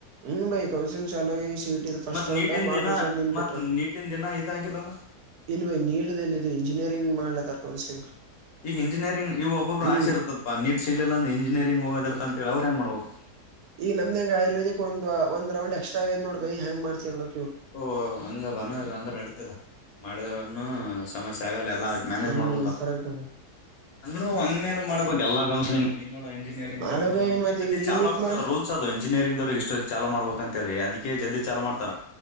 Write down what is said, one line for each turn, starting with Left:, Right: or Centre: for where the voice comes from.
Right: ಹ್ಮ್ ಭೈ ಕೌನ್ಸಿಲಿಂಗ್ ಶಾಲಾಗ ಈ ಸೀಟ್ ಇದು ಫಸ್ಟ್
Left: ಮತ್
Right: ರೌಂಡಾ
Left: ನೀಟಿನ
Right: ಮಾಕ್
Left: ದಿನ
Right: ರರಿಸಲ್ಟ್ ನೀನ್
Left: ಮತ್
Right: ಬಿಟ್ರ
Left: ನೀಟಿನ ದಿನ ಇದಾಗಿಲ್ಲಲ್ಲ
Right: ಇಲ್ವೇ ನೀಡಲ್ಲಿದ್ದು ಇಂಜಿನಿಯರಿಂಗ್ ಮಾಡ್ಲದ ಕೌನ್ಸಿಲಿಂಗ್
Left: ಈಗ ಇಂಜಿನಿಯರಿಂಗ್ ಈಗ ಒಬ್ಬಬ್ಬ್ರ
Right: ಹ್ಮ್
Left: ಆಇತತ್ತಪ್ಪಾ ನೀಟ್ ಸಿಗ್ಲಿಲ್ಲಂದ ಇಂಜಿನಿಯರಿಂಗ್ ಹೋಗೋದರ್ತ ಅಂತ ಹೇಳ ಅವ್ರ ಹೆಂಗ್ ಮಾಡ್ಬೇಕು
Right: ಈಗ ನಮ್ದ ಹೆಂಗ ಆಯುರ್ವದಿಕ್ ಒಂದ ಒಂದ್ ರೌ ಎಕ್ಸ್ಟ್ರ ಆಗ ನೋಡ್ ಬೈ ಹೆಯಾ ಮಾಡ್ತಿರ್ಬೇಕ
Left: ಓ ಹಂಗದಾನ ಇ ಅಂದ್ರೆ ನಡತದ ಮಾಡಿದನು ಸಮಸ್ಯೆ ಆಗಲ್ಲ ಲ್ಲ ಮ್ಯಾನೇಜ್
Right: ಹ್ಮ್
Left: ಮಾಡ್ಕೊತ
Right: ಕರೆಕ್ಟ್
Left: ಅಂದ್ರು ಒಂದ್ಲೆ ಮಾಡ್ಬೇಕ ಎಲ್ಲ ಕೌನ್ಸಲಿಂಗ ಈ ನೋ ಇಂಜಿನಿಯರಿಂಗ್ರು
Right: ಮಾಡು ಬೈ ಮತ್
Left: ಇತಿ
Right: ಈಗ ರೀನೀಟ್
Left: ಚ
Right: ಮಾಡಿ
Left: ರೂಲ್ಸ್ ದು ಇಂಜಿನಿಯರಿಂಗ್ ದವರು ಇಷ್ಟು ಚಾ ಮಾಡ್ಬೇಕು ಅಂತ ಹೇಳಿ ಅದಕ್ಕೆ ಜಲ್ದಿ ಚಾಲು ಮಾಡ್ತಾರ